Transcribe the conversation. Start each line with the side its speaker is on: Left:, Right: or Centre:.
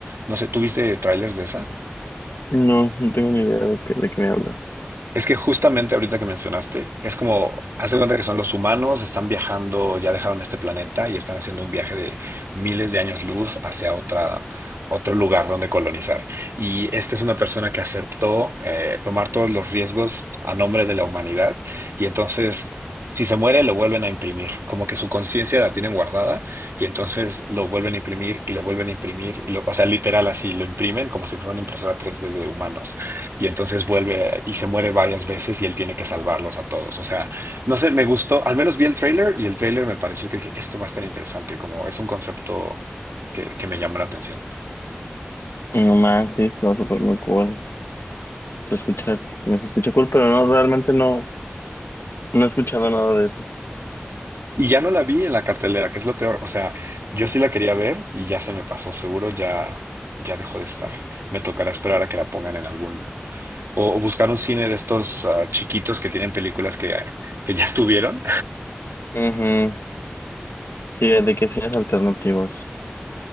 Right: No sé, ¿tuviste trailers de esa?
Left: no, no tengo ni idea de qué, de qué me hablas.
Right: Es que justamente ahorita que mencionaste, es como, haz de cuenta que son los humanos, están viajando, ya dejaron este planeta y están haciendo un viaje de miles de años luz hacia otra, otro lugar donde colonizar. Y esta es una persona que aceptó eh, tomar todos los riesgos a nombre de la humanidad. Y entonces, si se muere, lo vuelven a imprimir, como que su conciencia la tienen guardada y entonces lo vuelven a imprimir y lo vuelven a imprimir. Y lo- o sea, literal así, lo imprimen como si fuera una impresora 3D de humanos y entonces vuelve y se muere varias veces y él tiene que salvarlos a todos. O sea, no sé, me gustó, al menos vi el tráiler y el tráiler me pareció que dije, esto va a estar interesante, como es un concepto que, que me llama la atención.
Left: No más, sí, está súper muy cool. Se escucha, me se escucha cool, pero no, realmente no, no he escuchado nada de eso.
Right: Y ya no la vi en la cartelera, que es lo peor. O sea, yo sí la quería ver y ya se me pasó, seguro ya, ya dejó de estar. Me tocará esperar a que la pongan en algún... O, o buscar un cine de estos ah, chiquitos que tienen películas que, que ya estuvieron
Left: Ujú. Sí, de que cines alternativos.